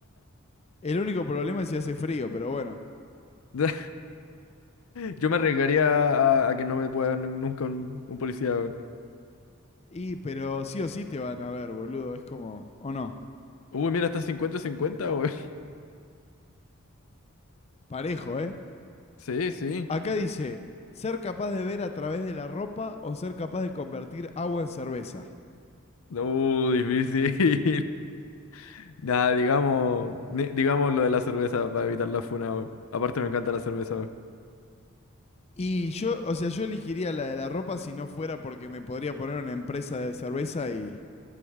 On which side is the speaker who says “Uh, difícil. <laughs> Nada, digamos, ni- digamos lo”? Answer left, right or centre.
Left